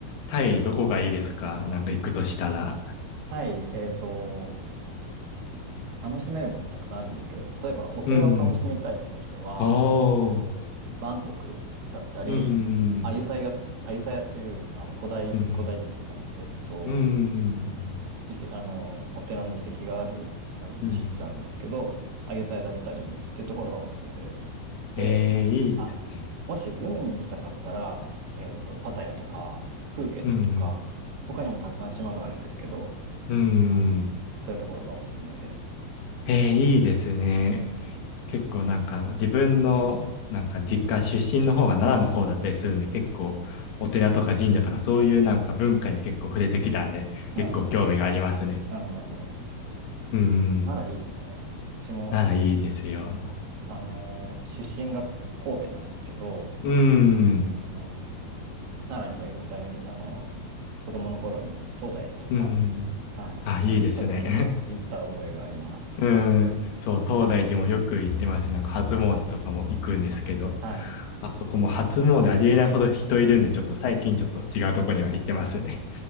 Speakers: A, on the left; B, on the right.
A: タイどこがいいですかなんか行くとしたら。
B: タイ、えっと、楽しめるものたくさんあるんですけど、例えばお寺を楽しみたいって人は、
A: うん。おー。
B: バンコクだったり、
A: うん。
B: アユタヤ、アユタヤっていう、あの、古代遺跡、
A: うん。
B: 古代遺跡っていうか、えっと、
A: うん。
B: 遺跡、あの、お寺の遺跡がある、あの、
A: うん。
B: 地域があるんですけど、アユタヤだったりっていうところがおすすめです。で、
A: えー、いいですね。
B: はい。もし海に行きたかったら、えっと、パタヤとか、プーケットとか、
A: うん。
B: 他にもたくさん島があるんですけど、
A: うん。
B: あの、そういうところがおすすめです。
A: えー、いいですね。結構なんか自分のなんか実家出身の方が奈良の方だったりするんで結構お寺とか神社とかそういうなんか文化に結構触れてきたんで結構興味がありますね。
B: なるほど。なるほど、なるほど。
A: うん。
B: ならいいですね。私も、
A: 奈良いいですよ。
B: あの、出身が神戸なんですけど、
A: うん。
B: あの、奈良にはよく大学、あの、子供の頃に東大寺とか、
A: うん。
B: はい。
A: あ、
B: あの、
A: いいですね。
B: 家族で行った覚えがあります。
A: <laughs> うん。そう、東大寺もよく行ってますね。なんか初詣とかも行くんですけど、
B: はい。
A: あそこも初詣ありえないほど人いるんでちょっと最近ちょっと違うとこには行ってますね。